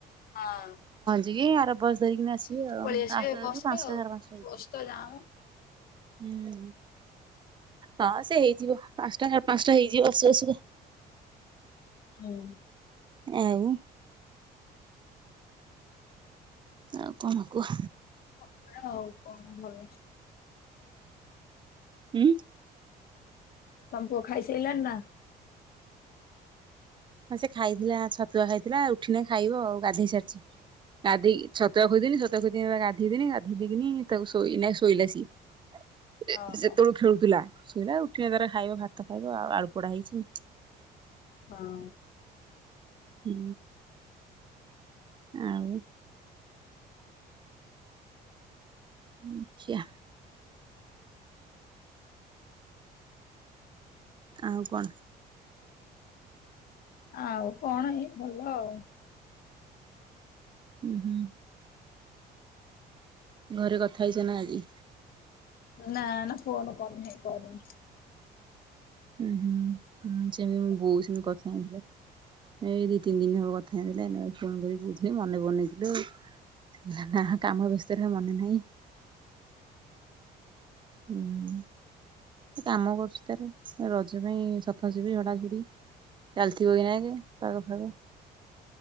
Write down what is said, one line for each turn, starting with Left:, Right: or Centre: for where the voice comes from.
Left: ହଁ।
Right: <unintelligible> ଆସିବେ
Left: ସେଇଠୁ
Right: ଆଉ
Left: ପଳେଇ ଆସିବେ
Right: ଆସୁ ଆସୁ
Left: ବସ
Right: ପାଞ୍ଚଟା
Left: ରେ ଆଉ
Right: ସାଢେ ପାଞ୍ଚଟା ହେଇଯିବ।
Left: ବସ ତ ଯାମ
Right: ହୁଁ। ହଁ ସେ ହେଇଯିବ। ପାଞ୍ଚଟା ସାଢେ ପାଞ୍ଚଟା ହେଇଯିବ ଆସୁ ଆସୁକା।
Left: ହୁଁ।
Right: ଆଉ। ଆଉ କଣ କୁହ?
Left: ଖବର ଆଉ କଣ ଭଲ।
Right: ଉଁ।
Left: ତମ ପୁଅ ଖାଇସାଇଲାଣି ନା? <inaudible>
Right: ହଁ ସେ ଖାଇଥିଲା ଛତ୍ ଛତୁଆ ଖାଇଥିଲା ଉଠିନେ ଖାଇବ ଆଉ। ଗାଧେଇ ସାରିଛି ଗାଧେଇ କି ଛତୁଆ ଖୋଇଦେନି ଛତୁଆ ଖୋଇଦେଇକି ଗାଧେଇ ଦେନି ଗାଧେଇ ଦେଇକିନି ତାକୁ ଶୋଇ ଏଇନା ଶୋଇଲା ସିଏ।
Left: ଓହୋ
Right: ସେତେବେଳୁ ଖେଳୁଥିଲା। ଶୋଇଲା ଉଠିବ ତାର ଖାଇବ ଭାତ ଖାଇବ ଆଉ ଆଳୁ ପୋଡା ହେଇଛି।
Left: ହଁ।
Right: ହୁଁ। ଆଉ ମିଚିୟା ଆଉ କଣ?
Left: ଆଉ କଣ ଏଇ ଭଲ ଆଉ।
Right: ହୁଁ ହୁଁ। ଘରେ କଥା ହେଇଛ ନା ଆଜି
Left: ନା ନା ଫୋନ କରିନି କରିନି।
Right: ଉୁଁ ହୁଁଁ ହୁଁ ସେମିତି ବୋଉ ସେମିତି କଥା ହେଇଁଥିଲା ଏଇ ଦି ତିନି ଦିନ ହବ କଥା ହେଇଁଥିଲା ଏ ଫୋନ କରି ବୁଝେ ମନେ ବନେଇଥିଲୁ। ନା ନା କାମ ବ୍ୟସ୍ତରେ ଆଉ ମନେ ନାହିଁ। ହୁଁ କାମ କରୁଛି ତାର ର ଜ ପାଇଁ ସଫା ସଫି ଝଡା ଝଡି ଚାଲିଥିବ କି ନାଇଁ ଯେ ପାଗ ଫାଗ।